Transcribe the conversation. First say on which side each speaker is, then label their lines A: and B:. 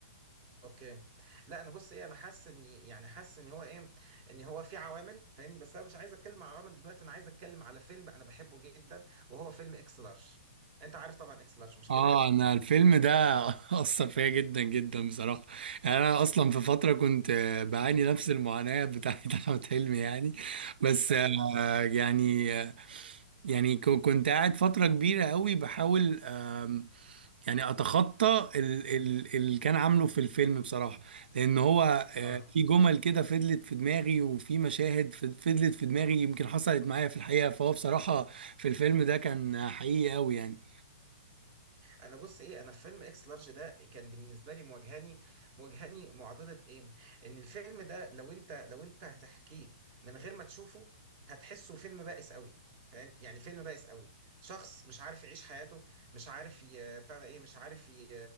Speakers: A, on the right; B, on the right.
A: اوكي لا انا بص ايه انا حاسس ان يعني حاسس ان هو ايه ان هو في عوامل فاهمني بس انا مش عايز اتكلم على عوامل دلوقتي انا عايز اتكلم على فيلم انا بحبه جدا وهو فيلم اكس لارج انت عارف طبعا اكس لارج مش
B: اه
A: كده
B: انا الفيلم ده <laughs> اثر فيا جدا جدا بصراحه يعني انا اصلا في فتره كنت آه، بعاني نفس المعاناه بتاعت <laughs> احمد حلمي يعني بس
A: ايوه
B: آه، يعني آه، يعني ك- كنت قاعد فتره كبيره قوي بحاول آم، يعني اتخطى ال- ال- اللي كان عامله في الفيلم بصراحه لان هو آه،
A: اه
B: في جمل كده فضلت في دماغي وفي مشاهد فض- فضلت في دماغي يمكن حصلت معايا في الحقيقه فهو بصراحه في الفيلم ده كان حقيقي قوي يعني
A: انا بص ايه انا في فيلم اكس لارج ده كان بالنسبه لي مواجهاني مواجهاني معضله ايه ان الفيلم ده لو انت لو انت هتحكيه من غير ما تشوفه هتحسه فيلم بائس قوي فاهم يعني فيلم بائس قوي شخص مش عارف يعيش حياته مش عارف ي... بتاع ده ايه مش عارف ي...